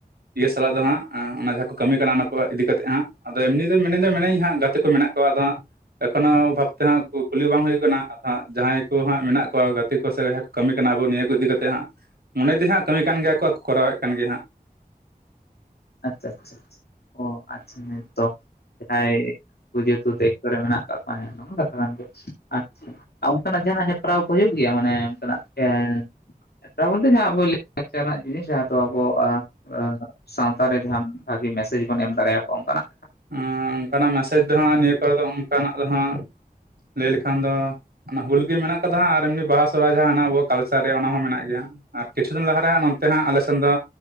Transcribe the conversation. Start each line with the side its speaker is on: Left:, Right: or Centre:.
Right: ᱤᱭᱟᱹ ᱥᱟᱞᱟᱜ ᱫᱚ ᱦᱟᱸᱜ ᱚᱱᱟ ᱡᱟᱦᱟᱸ ᱠᱚ ᱠᱟᱹᱢᱤ ᱠᱟᱱᱟ ᱚᱱᱟ ᱠᱚ ᱤᱫᱤ ᱠᱟᱛᱮᱜ ᱦᱟᱸᱜ ᱟᱫᱚ ᱮᱢᱱᱤ ᱫᱚ ᱢᱮᱱᱟᱹᱧ ᱫᱚ ᱢᱮᱱᱟᱹᱧᱼᱼ ᱦᱟᱸᱜ ᱜᱟᱛᱮ ᱠᱚ ᱢᱮᱱᱟᱜ ᱠᱚᱣᱟ ᱟᱫᱚ ᱦᱟᱸᱜᱼᱼ ᱮᱠᱷᱚᱱᱳ ᱵᱷᱟᱵ ᱛᱮ ᱦᱟᱸᱜ ᱠᱩᱞᱤ ᱵᱟᱝ ᱦᱩᱭ ᱠᱟᱱᱟ ᱟᱫᱚ ᱦᱟᱸᱜ ᱡᱟᱦᱟᱸᱭ ᱠᱚ ᱦᱟᱸᱜ ᱢᱮᱱᱟᱜ ᱠᱚᱣᱟ ᱜᱟᱛᱮ ᱠᱚ ᱥᱮ ᱡᱟᱦᱟᱸᱭ ᱠᱚ ᱠᱟᱹᱢᱤᱼᱼ ᱠᱟᱱᱟ ᱟᱵᱚ ᱱᱤᱭᱟᱹ ᱠᱚ ᱤᱫᱤ ᱠᱟᱛᱮ ᱦᱟᱸᱜ ᱢᱚᱱᱮ ᱫᱤᱧ ᱦᱟᱸᱜ ᱠᱟᱹᱢᱤ ᱠᱟᱱ ᱜᱮᱭᱟ ᱠᱚ ᱟᱨ ᱠᱚᱨᱟᱣᱮᱫ ᱠᱟᱱ ᱜᱮᱭᱟ ᱦᱟᱸᱜ᱾
Left: ᱟᱪᱪᱷᱟ-ᱟᱪᱪᱷᱟ-ᱟᱪᱪᱷᱟ ᱚ ᱟᱪᱪᱷᱟ ᱦᱮᱸ ᱛᱚ, ᱡᱟᱦᱟᱸᱭ ᱡᱮ ᱛᱩ ᱫᱟᱭᱤᱠᱛᱚ ᱨᱮ ᱢᱮᱱᱟᱜ ᱠᱟᱜ ᱠᱚᱣᱟ ᱚᱱᱟᱢᱟ ᱠᱟᱛᱷᱟ ᱠᱟᱱ ᱜᱮᱭᱟ ᱟᱪᱪᱼᱼ ᱟ ᱚᱱᱠᱟᱱᱟᱜ ᱡᱟᱦᱟᱸᱱᱟᱜ ᱦᱮᱯᱨᱟᱣ ᱠᱚ ᱦᱩᱭᱩᱜ ᱜᱮᱭᱟ ᱢᱟᱱᱮ ᱚᱱᱠᱟᱱᱟᱜ ᱮᱸ ᱻ ᱦᱮᱯᱨᱟᱣ ᱵᱚᱞᱛᱮ ᱡᱟᱦᱟᱸ ᱟᱵᱚ ᱞᱟᱠᱪᱟᱨ ᱨᱮᱱᱟᱜ ᱡᱤᱱᱤᱥ ᱡᱟᱦᱟᱸ ᱫᱚ ᱟᱵᱚ <unintelligible> ᱣᱛᱟᱨᱮ ᱨᱮ ᱡᱟᱦᱟᱸ ᱵᱷᱟᱹᱜᱤ ᱢᱮᱥᱮᱡᱽ ᱵᱚᱱ ᱮᱢ ᱫᱟᱲᱮ ᱭᱟᱠᱚᱣᱟ ᱚᱱᱠᱟᱱᱟᱜ᱾
Right: ᱚᱺ ᱚᱱᱠᱟᱱᱟᱜ ᱢᱮᱥᱮᱡᱽ ᱫᱚ ᱦᱟᱸᱜ ᱱᱤᱭᱟᱹ ᱠᱚᱨᱮ ᱫᱚ ᱚᱱᱠᱟᱱᱟᱜ ᱫᱚ ᱦᱟᱸᱜ ᱞᱟᱹᱭ ᱞᱮᱠᱷᱟᱱ ᱫᱚᱼᱼ ᱚᱱᱟ ᱦᱩᱞ ᱜᱮ ᱢᱮᱱᱟᱜ ᱠᱟᱫᱟ ᱟᱨ ᱮᱢᱱᱤ ᱵᱟᱦᱟ ᱥᱚᱦᱚ ᱨᱟᱭ ᱡᱟᱦᱟᱸ ᱦᱮᱱᱟᱜ ᱟᱵᱚᱣᱟᱜ ᱠᱟᱞᱪᱟᱨ ᱨᱮ ᱚᱱᱟ ᱦᱚᱸ ᱢᱮᱱᱟᱜ ᱜᱮᱭᱟ᱾ ᱟᱨ ᱠᱤᱪᱷᱩ ᱫᱤᱱ ᱞᱟᱦᱟ ᱨᱮ ᱦᱟᱸᱜ ᱱᱚᱱᱛᱮ ᱦᱟᱸᱜ ᱟᱞᱮ ᱥᱮᱱ ᱫᱚᱼᱼ